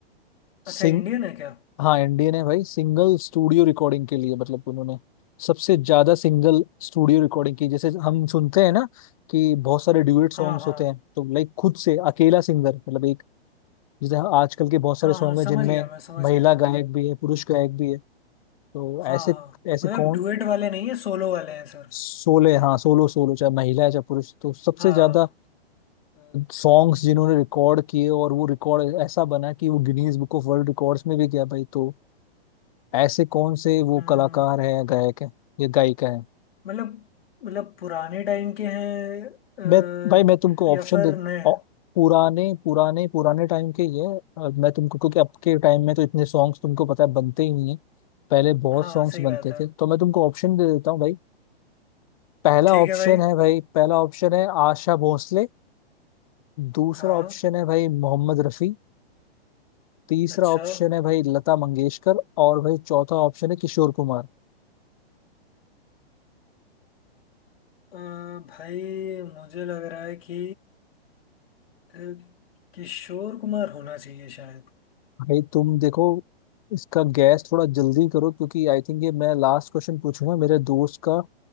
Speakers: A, on the left; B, on the left.
A: सिंग
B: अच्छा इंडियन है क्या
A: हाँ इंडियन है भाई सिंगल स्टूडियो रिकॉर्डिंग के लिए मतलब उन्होंने सबसे ज्यादा सिंगल स्टूडियो रिकॉर्डिंग की जैसे हम सुनते हैं ना कि बहुत सारे ड्यूएट
B: हाँ
A: सॉन्ग्स
B: हाँ
A: होते हैं तो लाइक खुद से अकेला सिंगर मतलब एक जैसे आजकल के बहुत सारे
B: हाँ
A: सॉन्ग
B: हाँ
A: हैं
B: समझ
A: जिनमें
B: गया मैं समझ
A: महिला
B: गया
A: गायक भी है पुरुष गायक भी है तो
B: हाँ
A: ऐसे
B: हाँ
A: ऐसे
B: मतलब
A: कौन
B: डुएट वाले नहीं है सोलो वाले हैं सिर्फ
A: सोले हाँ सोलो सोलो चाहे महिला है चाहे पुरुष तो सबसे
B: हाँ
A: ज्यादा सॉन्ग्स जिन्होंने रिकॉर्ड किए और वो रिकॉर्ड ऐसा बना कि वो Guinness book of world records में भी गया भाई तो ऐसे कौन से वो
B: हम्म
A: कलाकार हैं या गायक हैं या गायिका हैं
B: मतलब मतलब पुराने टाइम के हैं अ,
A: मैं भाई मैं तुमको
B: या
A: ऑप्शन
B: फिर
A: दे
B: नए
A: औ- पुराने पुराने पुराने टाइम के ही है अ, मैं तुमको क्योंकि अब के टाइम में तो इतने सॉन्ग्स तुमको पता है बनते ही नहीं है पहले बहुत
B: हाँ
A: सॉन्ग्स
B: सही
A: बनते
B: बात है
A: थे तो मैं तुमको ऑप्शन दे देता हूँ भाई पहला
B: ठीक
A: ऑप्शन
B: है भाई
A: है भाई पहला ऑप्शन है आशा भोसले दूसरा
B: हाँ
A: ऑप्शन है भाई मोहम्मद रफी तीसरा
B: अच्छा
A: ऑप्शन है भाई लता मंगेशकर और भाई चौथा ऑप्शन है किशोर कुमार
B: अ, भाई मुझे लग रहा है कि अ, किशोर कुमार होना चाहिए शायद
A: भाई तुम देखो इसका गैस थोड़ा जल्दी करो क्योंकि आई थिंक ये मैं लास्ट क्वेश्चन पूछूंगा मेरे दोस्त का